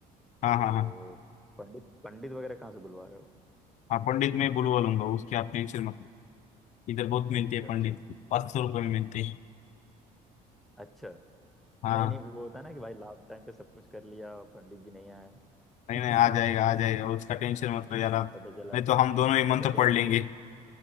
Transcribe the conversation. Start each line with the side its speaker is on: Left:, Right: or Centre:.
Centre: तो
Left: हाँ हाँ हाँ
Centre: पंडित पंडित वगैरह कहाँ से बुलवा रहे हो
Left: हाँ पंडित मैं बुलवा लूंगा उसकी आप टेंशन मत लो इधर बहुत मिलते
Centre: अच्छा
Left: हैं पंडित
Centre: अच्छा
Left: पाँच सौ रुपये में मिलते हैं
Centre: अच्छा
Left: हाँ
Centre: नहीं नहीं वो होता है ना कि भाई लास्ट टाइम पे सब कुछ कर लिया पंडित जी नहीं आए <laughs>
Left: नहीं नहीं
Centre: अ,
Left: आ जाएगा आ जाएगा उसका टेंशन मत लो यार आप
Centre: पता चला
Left: नहीं तो हम दोनों ही
Centre: पता
Left: मंत्र पढ़
Centre: चला
Left: लेंगे
Centre: फिर